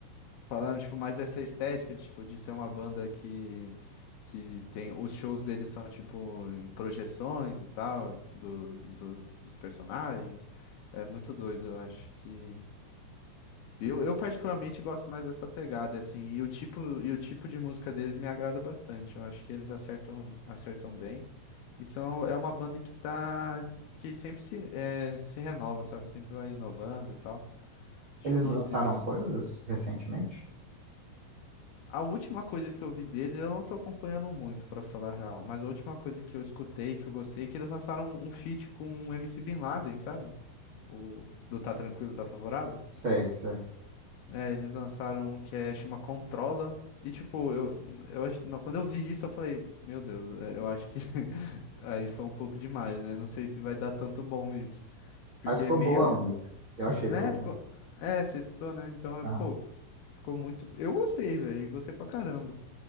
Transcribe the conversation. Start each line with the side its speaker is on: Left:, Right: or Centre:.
Left: Falando, tipo, mais dessa estética, de, tipo, de ser uma banda que, que tem... Os shows deles são, tipo, em projeções e tal, do, dos, dos personagens. É muito doido, eu acho que... Eu, eu particularmente gosto mais dessa pegada, assim, e o tipo, e o tipo de música deles me agrada bastante. Eu acho que eles acertam, acertam bem. E são, é uma banda que tá... que sempre se, é, se renova, sabe? Sempre vai inovando e tal. Acho
Right: Eles
Left: que
Right: lançaram
Left: se você,
Right: coisas recentemente?
Left: A última coisa que eu vi deles, eu não tô acompanhando muito, pra falar a real, mas a última coisa que eu escutei, que eu gostei, é que eles lançaram um feat com o MC Bin Laden, sabe? O do Tá Tranquilo, Tá Favorável.
Right: Sei, sei.
Left: É, eles lançaram um que é, chama Controla. E tipo, eu, eu acho, não, quando eu vi isso, eu falei, meu Deus, é, eu acho que <laughs> aí foi um pouco demais, né? Não sei se vai dar tanto bom isso. Porque
Right: Mas ficou
Left: é meio,
Right: boa a música. Eu achei,
Left: né?
Right: pelo
Left: Ficou,
Right: menos.
Left: é, você escutou, né? Então, é,
Right: Aham.
Left: pô, ficou muito. Eu gostei, velho, gostei pra caramba.